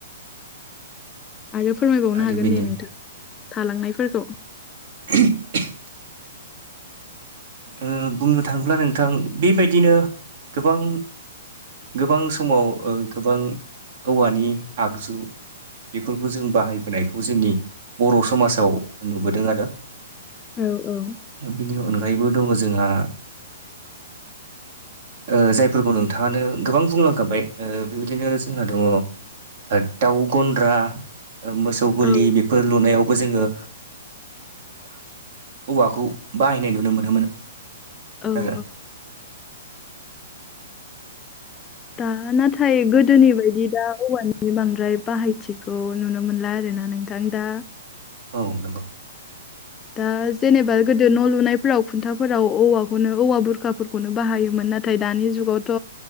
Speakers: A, on the left (about 15°); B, on the right (about 50°).
A: आरो फोरमायबावनो
B: आरो
A: हागोन
B: बेनि
A: दे नोंथां थालांनायफोरखौ
B: <unintelligible> ओ बुंनो थाङोब्ला नोंथां बेबायदिनो गोबां गोबां समाव ओ गोबां औवानि आगजु बेफोरखौ जों बाहायबोनायखौ जोंनि बर' समाजाव नुबोदों आरो
A: औ औ
B: बिनि अनगायैबो दङ जोंहा
A: <inaudible>
B: ओ जायफोरखौ नोंथाङानो गोबां बुंलांखाबाय ओ बेबायदिनो जोंहा दङ ओ दाउ गन्द्रा ओ मोसौ गलि
A: औ
B: बे फोर लुनायावबो जोङो औवाखौ बाहायनाय नुनो मोनोम मोन। <unintelligible>
A: औ औ दा नाथाय गोदोनि बायदि दा औवानि बे बांद्राय बाहायथिखौ नुनो मोनला आरो ना नोंथां दा।
B: औ नंगौ।
A: दा जेनेबा गोदो न' लुनायफोराव खुन्थाफोराव औवाखौनो औवा बुरखाफोर खौनो बाहायोमोन नाथाय दानि जुगावथ'